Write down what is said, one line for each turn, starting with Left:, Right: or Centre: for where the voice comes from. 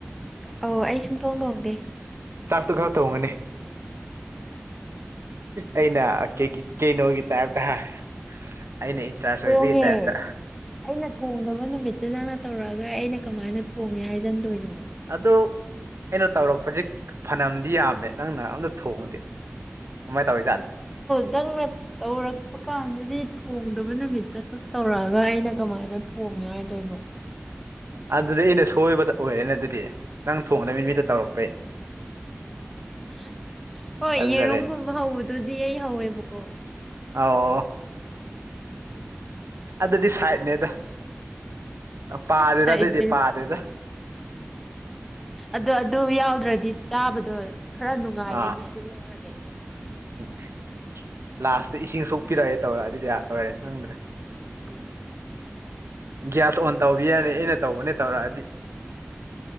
Centre: ꯑ ꯑꯩ ꯁꯨꯡꯇꯣꯡꯗꯣꯡꯗꯦ
Right: ꯆꯥꯛꯇꯣ ꯈꯔ ꯇꯣꯡꯒꯅꯤ ꯑꯩꯅ ꯀ ꯀꯩꯅꯣꯒꯤ ꯇꯥꯏꯞꯇ ꯍꯥꯏ ꯑꯩꯅ ꯏꯟꯆꯥꯔꯖ
Centre: ꯍꯣꯡꯉꯦ
Right: ꯑꯣꯏꯕꯒꯤ ꯇꯥꯏꯞꯇ
Centre: ꯑꯩꯅ ꯊꯣꯡꯗꯕ ꯅꯨꯃꯤꯠꯇꯨꯗꯪꯅ ꯇꯧꯔꯛꯑꯒ ꯑꯩꯅ ꯀꯃꯥꯏꯅ ꯊꯣꯡꯉꯦ ꯍꯥꯏꯖꯟꯗꯣꯏꯅꯣ
Right: ꯑꯗꯣ ꯑꯩꯅꯣ ꯇꯧꯔꯛꯄꯁꯤꯛ ꯐꯅꯝꯗꯤ ꯌꯥꯝꯃꯦ ꯅꯪꯅ ꯑꯝꯇ ꯊꯣꯡꯉꯗꯤ ꯀꯃꯥꯏꯅ ꯇꯧꯋꯤ ꯖꯥꯠꯅꯣ
Centre: ꯈꯤꯇꯪꯅ ꯇꯧꯔꯛꯄ ꯀꯥꯟꯗꯗꯤ ꯊꯣꯡꯗꯕ ꯅꯨꯃꯤꯠꯇ ꯈꯛ ꯇꯧꯔꯛꯑꯒ ꯑꯩꯅ ꯀꯃꯥꯏꯅ ꯊꯣꯡꯉꯦ ꯍꯥꯏꯗꯣꯏꯅꯣ
Right: ꯑꯗꯨꯗꯤ ꯑꯩꯅ ꯁꯣꯏꯕꯗ ꯑꯣꯏꯔꯦꯅꯦ ꯑꯗꯨꯗꯤ ꯅꯪ ꯊꯣꯡꯅꯕ ꯃꯤ ꯅꯨꯃꯤꯠꯇ ꯇꯧꯔꯛꯄꯩ
Centre: <unintelligible> ꯍꯣꯏ
Right: ꯑꯗꯨꯗꯔꯦ
Centre: ꯌꯦꯔꯨꯝꯒꯨꯝꯕ ꯍꯧꯕꯗꯨꯗꯤ ꯑꯩ ꯍꯧꯋꯦꯕꯀꯣ
Right: ꯑꯣ ꯑꯗꯨꯗꯤ ꯁꯥꯏꯠꯅꯦꯗ ꯄꯥꯗꯦꯗ
Centre: ꯁꯥꯏꯠꯗꯤ
Right: ꯑꯗꯨꯏꯗꯤ ꯄꯥꯗꯦꯗ
Centre: ꯑꯗ ꯑ ꯑꯗꯨ ꯌꯥꯎ ꯑꯗꯨꯗ꯭ꯔꯗꯤ ꯆꯥꯕꯗꯣ ꯈꯔ ꯅꯨꯡꯉꯥꯏꯔꯦꯅ
Right: ꯑꯥ
Centre: ꯑꯗꯨ ꯌꯥꯎꯔꯗꯤ
Right: ꯎꯝ ꯂꯥꯁꯇ ꯏꯁꯤꯡ ꯁꯣꯛꯄꯤꯔꯛꯑꯦ ꯇꯧꯔꯛꯑ ꯑꯗꯨꯗꯤ ꯌꯥ ꯇ ꯑꯣꯏꯔꯦ ꯈꯪꯗ꯭ꯔꯦ
Centre: ꯎꯝ
Right: ꯒ꯭ꯌꯥꯁ ꯑꯣꯟ ꯇꯧꯕꯤ ꯌꯥꯔꯅꯤ ꯑꯩꯅ ꯇꯧꯕꯅꯦ ꯇꯧꯔꯛꯗꯤ